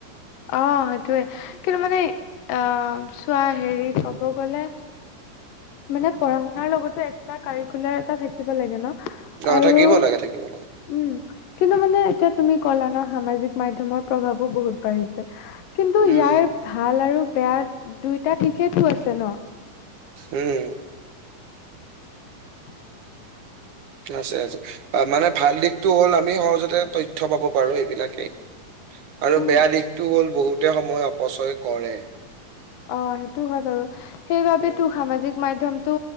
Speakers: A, on the left; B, on the right.
A: অ সেইটয়ে কিন্তু মানে। আহ চোৱা হেৰি কব গলে। মানে পঢ়া শুনাৰ লগতো এক্সট্ৰা কাৰিকুলাৰ এটা থাকিব লাগে ন।
B: অ
A: আৰু
B: থাকিব লাগে থাকিব লাগে
A: উম। কিন্তু মানে এতিয়া তুমি কলা সামাজিক মাধমৰ প্ৰভাৱো বহুত বাঢ়িছে। কিন্তু
B: উম
A: ইয়াৰ ভাল আৰু বেয়া দুইটা দিশেতো আছে ন।
B: উম।
A: <unintelligible>
B: আছে আছে। মানে ভাল দিশতটো হ'ল আমি সহজতে তথ্য পাব পাৰো এইবিলাকেই। আৰু
A: উম
B: বেয়া দিশটো হল বহুতে সময় অপচয় কৰে।
A: অ সেইটো হয় বাৰু সেইবাবে
B: উম
A: তো সামাজিক। মাধমটো